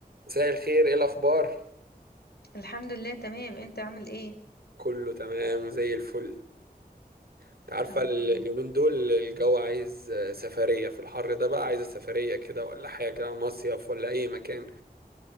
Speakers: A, on the right; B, on the left.
A: مساء الخير ايه الاخبار
B: الحمد لله تمام انت عامل ايه
A: كله تمام وزي الفل انت
B: الحمد
A: عارفه ال-
B: لله
A: اليومين دول الجو عايز آه، سفريه في الحر ده بقى عايز سفريه كده ولا حاجه مصيف ولا اي مكان